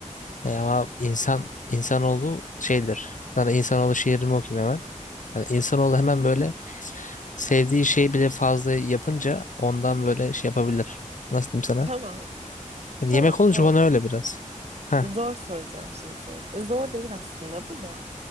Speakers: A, on the left; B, on the right.
A: e, ama insan insanoğlu şeydir. Sana insanoğlu şiirimi okuyayım hemen. Yani insanoğlu hemen böyle sevdiği şey bile fazla yapınca ondan böyle şey yapabilir. Nasıl diyeyim sana?
B: Tamam.
A: Yani
B: Tamam,
A: yemek olunca
B: tamam.
A: ona öyle biraz. Ha.
B: Zor soracağım şimdi sana. E, zor değil aslında bu da.